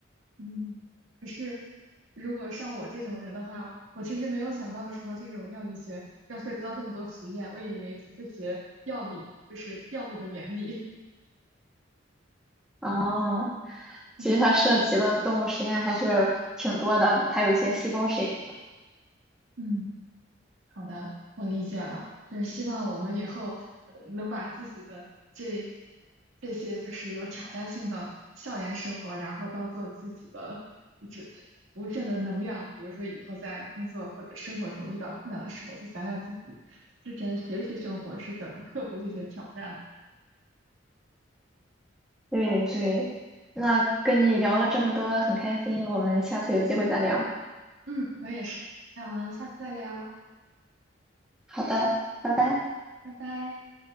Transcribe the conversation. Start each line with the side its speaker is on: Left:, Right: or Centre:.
Right: 嗯，可是如果像我这种人的话，我其实没有想到说这种药理学要涉及到这么多实验，我以为只是学药理，就是药物的原理。
Centre: 哦，
Right: <laughs>
Centre: 其实它涉及的动物实验还是挺多的，
Right: 嗯
Centre: 还有一些细胞实验。
Right: 嗯。好的，我理解了，就是希望我们以后呃能把自己的这这些就是有挑战性的校园生活，然后当做自己的这无限的能量。比如说以后在工作或者生活中遇到困难的时候，就想想自己之前学习生活是怎么克服这些挑战的。
Centre: 对对，那跟你聊了这么多，很开心，我们下次有机会再聊。
Right: 嗯，我也是，那我们下次再聊，好，
Centre: 好的，拜拜。
Right: 拜拜。